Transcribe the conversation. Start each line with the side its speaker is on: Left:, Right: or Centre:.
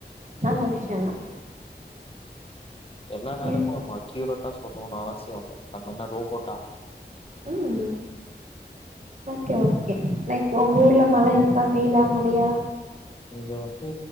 Right: நல்ல விஷ்யோந்தா
Left: எல்லா நேரமோ
Right: ம்
Left: நம்ம அக்யூரட்டா சொல்லணோனு அவசியோ இல்ல நம்ம என்ன ரோபோட்டா
Right: உம் ஓகே ஓகே லைக் உங்க ஊர்ல மழை இருக்கா வெயிலா மழையா
Left: இங்க வந்து